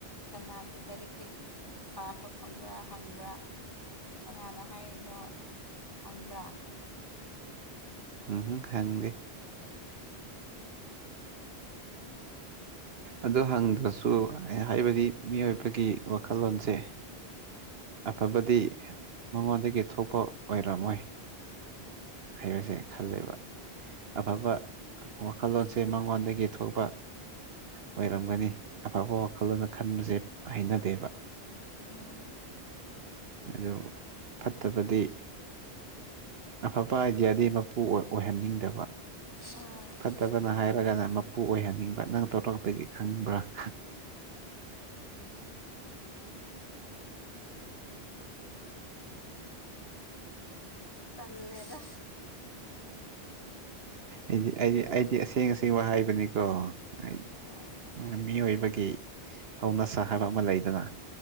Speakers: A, on the left; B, on the right.
A: ꯀꯅꯥꯒꯤ ꯂꯥꯏꯔꯤꯛꯇ ꯄꯥꯄ ꯐꯪꯕ꯭ꯔꯥ ꯍꯪꯕ꯭ꯔꯥ ꯀꯅꯥꯅ ꯍꯥꯏꯔꯤꯅꯣ ꯐꯪꯕ꯭ꯔꯥ
B: ꯎꯝ ꯍꯒꯦ ꯑꯗꯨ ꯍꯪꯗ꯭ꯔꯁꯨ ꯍꯥꯏꯕꯗꯤ ꯃꯤꯑꯣꯏꯕꯒꯤ ꯋꯥꯈꯜꯂꯣꯟꯁꯦ ꯑꯐꯕꯗꯤ ꯃꯉꯣꯟꯗꯒꯤ ꯊꯣꯛꯄ ꯑꯣꯏꯔꯝꯃꯣꯏ ꯍꯥꯏꯕꯁꯦ ꯈꯜꯂꯦꯕ ꯑꯐꯕ ꯋꯥꯈꯜꯂꯣꯟꯁꯦ
A: ꯎꯝ
B: ꯃꯉꯣꯟꯗꯒꯤ ꯊꯣꯛꯄ ꯑꯣꯏꯔꯝꯒꯅꯤ ꯑꯐꯕ ꯋꯥꯈꯜꯂꯣꯟꯅ ꯈꯟꯕꯁꯦ ꯍꯩꯅꯗꯦꯕ
A: ꯎꯝ
B: ꯑꯗꯨ ꯐꯠꯇꯕꯗꯤ ꯑꯐꯕ ꯑꯥꯏꯗꯤꯌꯥꯗꯤ ꯃꯄꯨ ꯑꯣ ꯑꯣꯏꯍꯟꯅꯤꯡꯗꯕ
A: ꯑꯥ
B: ꯐꯠꯇꯕꯅ ꯍꯥꯏꯔ ꯅꯠꯇ꯭ꯔꯒꯅ ꯃꯄꯨ ꯑꯣꯏꯍꯟꯅꯤꯡꯕ ꯅꯪ ꯇꯧꯔꯛꯄꯒꯤ ꯈꯪꯕ꯭ꯔꯥ <inaudible>
A: ꯇꯜꯂꯦꯗ
B: ꯑꯩꯗꯤ ꯑꯩꯗꯤ ꯑꯩꯗꯤ ꯑꯁꯦꯡ ꯑꯁꯦꯡꯕ ꯍꯥꯏꯕꯅꯤꯀꯣ ꯑꯩ
A: ꯍꯣꯏꯅꯦ
B: ꯃꯤꯑꯣꯏꯕꯒꯤ ꯍꯧꯅꯁꯥ ꯍꯥꯏꯕ ꯑꯃ ꯂꯩꯗꯅ <unintelligible>